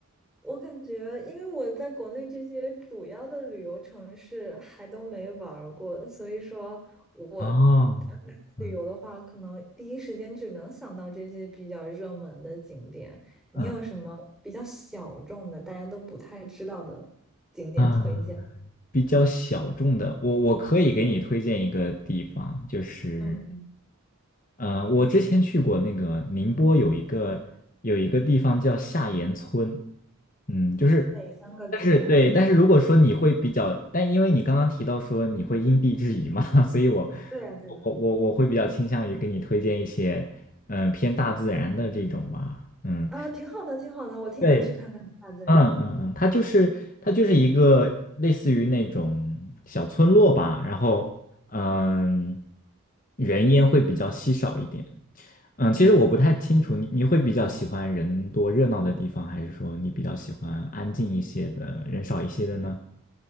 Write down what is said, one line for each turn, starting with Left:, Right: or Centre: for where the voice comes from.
Centre: 我感觉，因为我在国内这些主要的旅游城市还都没玩儿过，所以说我
Left: 哦，
Centre: 安排旅游的话，
Left: 嗯
Centre: 可能第一时间只能想到这些比较热门的景点。你有什么比较小众的，
Left: 嗯
Centre: 大家都不太知道的景点推荐？
Left: 啊。比较小众的，我我可以给你推荐一个地方，就是，
Centre: 嗯嗯，
Left: 呃，我之前去过那个宁波有一个有一个地方叫下岩村，嗯，就是，
Centre: 哪三个字呀？
Left: 但是对，但是如果说你会比较，但因为你刚刚提到说你会因地制宜嘛，<laughs> 所以我
Centre: 对呀，对呀，
Left: 我我我会比较倾向于给你推荐一些，嗯、呃偏大自然的这种吧，嗯。
Centre: 啊，挺好的，挺好的，我挺想去看看大自然的。
Left: 对。嗯嗯嗯，它就是它就是一个类似于那种小村落吧，然后嗯，人烟会比较稀少一点。嗯，其实我不太清楚你你会比较喜欢人多热闹的地方，还是说你比较喜欢安静一些的，人少一些的呢？